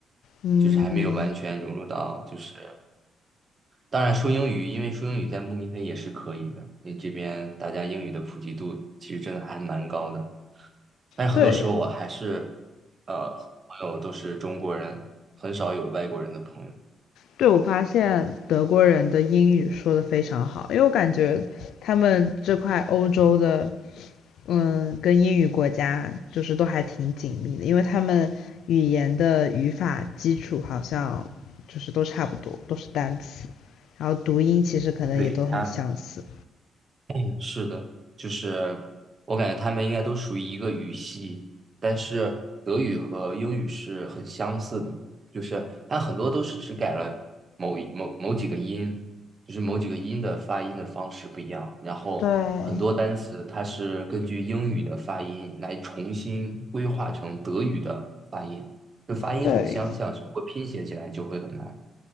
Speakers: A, on the left; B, on the right.
A: 嗯，
B: 就是还没有完全融入到，就是当然说英语，因为说英语在慕尼黑也是可以的，因为这边大家英语的普及度其实真的还蛮高的，但是很多时候我还是
A: 对，
B: 呃朋友都是中国人，很少有外国人的朋友。
A: 对，我发现德国人的英语说的非常好，因为我感觉他们这块欧洲的，嗯，跟英语国家就是都还挺紧密的，因为他们语言的语法基础好像就是都差不多，都是单词，然后读音其实可能也都很相似。
B: 对，他。嗯是的，就是我感觉他们应该都属于一个语系，但是德语和英语是很相似的，就是它很多都是只改了某一某某几个音，就是某几个音的发音的方式不一样，然后很多单词它是根据英语的发音来重新规划成德语的发音，
A: 对，
B: 就发音很相像，
A: 对，
B: 只不过拼写起来就会很难。